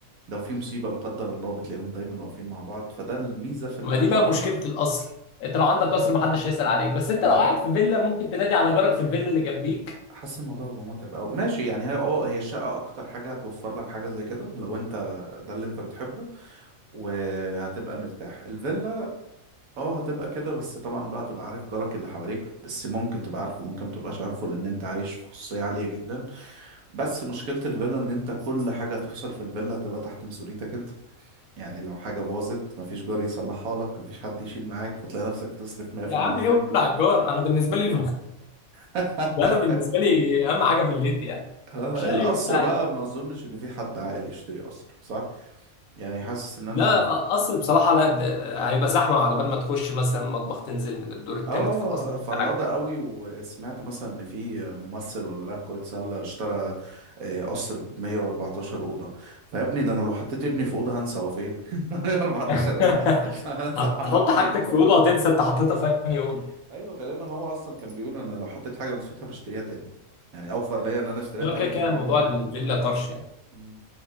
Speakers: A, on the right; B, on the left.
A: لو في مصيبة لا قدر الله بتلاقيهم دايما واقفين مع بعض فده الميزة في
B: ما
A: الشقة
B: دي بقى مشكله القصر انت لو عندك قصر محدش هيسال عليك بس انت لو
A: ده
B: قاعد في فيلا ممكن تنادي على جارك في الفيلا اللي جنبيك
A: حاسس الموضوع هيبقى متعب أوي ماشي يعني هي اه هي الشقة أكتر حاجة هتوفر لك حاجة زي كده لو أنت ده اللي أنت بتحبه وهتبقى مرتاح الفيلا اه هتبقى كده بس طبعا بقى تبقى عارف جارك اللي حواليك بس ممكن تبقى عارفه ممكن ما تبقاش عارفه لان انت عايش في خصوصية عالية جدا بس مشكلة الفيلا ان انت كل حاجة تحصل في الفيلا هتبقى تحت مسؤوليتك انت يعني لو حاجة باظت مفيش جار يصلحها لك مفيش حد يشيل معاك فتلاقي نفسك بتصرف 100%
B: يا عم يولع الجار انا بالنسبه لي
A: <laughs>
B: <laughs> انا بالنسبه لي اهم حاجه في الليل دي يعني
A: اه
B: شاي
A: القصر
B: وبتاع
A: بقى
B: إيه.
A: ما اظنش ان في حد عاقل يشتري قصر صح يعني حاسس ان
B: لا
A: انا
B: قصر بصراحه لا ده هيبقى زحمه على بال ما تخش مثلا مطبخ تنزل من الدور الثالث
A: اه
B: في القصر
A: فرهضة
B: بتاعك
A: قوي وسمعت مثلا ان في ممثل ولا لاعب كرة سلة اشترى آه، قصر ب 114 أوضة فيا ابني ده انا لو حطيت ابني في أوضة هنسى هو فين <laughs> 114
B: <laughs>
A: أوضة عشان هنسى
B: هتحط
A: الحمام فين
B: حاجتك
A: والمطبخ
B: في اوضه وتنسى
A: فين
B: انت حطيتها في انهي اوضه
A: <laughs> ايوه غالبا هو اصلا كان بيقول انا لو حطيت حاجة ونسيتها بشتريها تاني يعني اوفر ليا ان انا اشتريها
B: لا
A: تاني
B: كده كده
A: انا اقوم
B: موضوع
A: ادور عليها
B: الفيلا طرش يعني
A: مم.